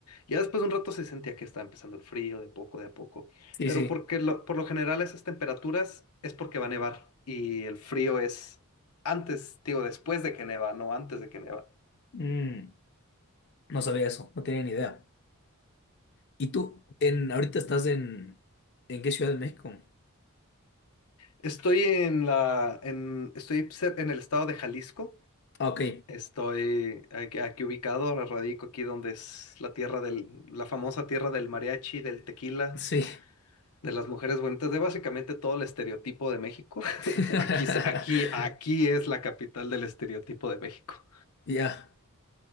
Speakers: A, on the left (about 80°); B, on the left (about 50°).
A: ya después de un rato se sentía que estaba empezando el frío de poco de a poco.
B: sí,
A: Pero
B: sí,
A: porque lo- por lo general a esas temperaturas es porque va a nevar y el frío es antes, digo, después de que neva, no antes de que neva.
B: Mm, no sabía eso, no tenía ni idea. ¿Y tú, en, ahorita estás en, en qué ciudad de México?
A: Estoy en la, en, estoy cer- en el estado de Jalisco
B: Ah, ok,
A: Estoy aquí, aquí ubicado, ahora radico aquí donde es la tierra del, la famosa tierra del mariachi, del tequila,
B: sí,
A: de las mujeres bonitas, de básicamente todo el estereotipo de México.
B: <laughs>
A: <laughs> Aquí, es- aquí, aquí es la capital del estereotipo de México.
B: ya.